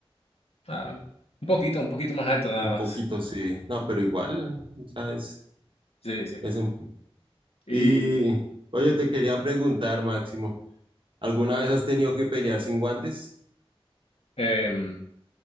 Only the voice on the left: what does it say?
Ah, un poquito, un poquito más alto nada
más.
Sí, sí.
Y
em,